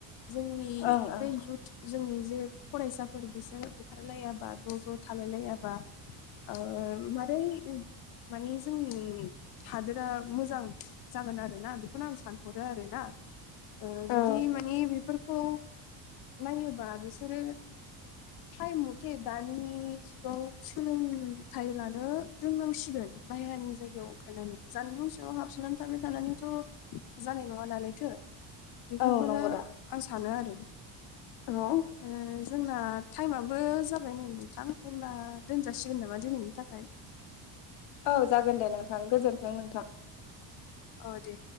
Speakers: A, on the left; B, on the left.
A: जोंनि
B: ओं ओं
A: बे इयुथ जोंनि जे फरायसा- फोर बिसोर ओंखारलायाबा ज' ज' थालाय लायाबा ओ मारै मानि जोंनि हादोरा मोजां जागोन आरोना बेखौनो आं सानहरो आरोना ओ जुदि
B: औ
A: माने बेफोरखौ नायोबा बिसोरो थायम मथे दानि जुगाव सोलोंथाइ लानो रोंनांसिगोन। बायहेरानि जायगायाव ओंखारनानै जानबुं सिङाव हाबसोनानै थाबाय थानानैथ' जानाय नङा नालायथो। बेफोरखौनो
B: औ नंगौ दा
A: आं सानो आरो।
B: औ
A: ओ जोंना टाइमाबो जाबाय नै नोंथां अब्ला दोनजासिगोन नामा दिनैनि थाखाय?
B: औ जागोन दे नोंथां गोजोन्थों नोंथां।
A: औ दे।